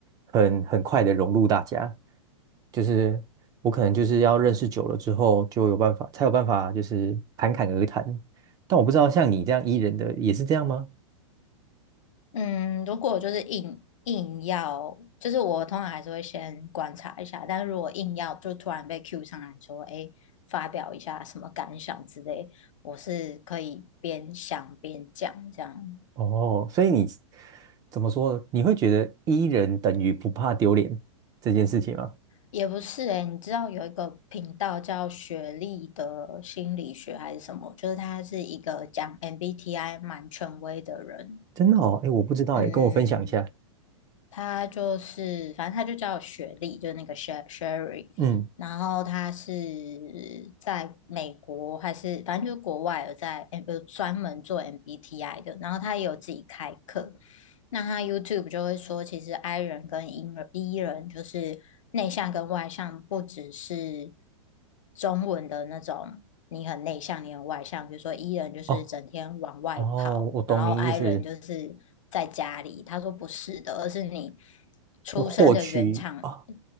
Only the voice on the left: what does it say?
嗯，如果就是硬硬要，就是我通常还是会先观察一下，但是如果硬要就突然被 Q 上来说，哎，发表一下什么感想之类，我是可以边想边讲这样。
也不是诶，你知道有一个频道叫学历的心理学还是什么？就是他是一个讲 MBTI 蛮权威的人。
嗯嗯嗯
他就是，反正他就叫我雪莉，就是那个 Sher- r y
然后他是在美国还是反正就是国外有在呃有专门做 MBTI 的，然后他也有自己开课。那他 YouTube 就会说，其实 I 人跟 E 人，E 人就是内向跟外向，不只是中文的那种你很内向，你很外向。比如说 E 人就是整天往外跑，
然后 I 人就是在家里。他说不是的，而是你出生的原厂，
嗯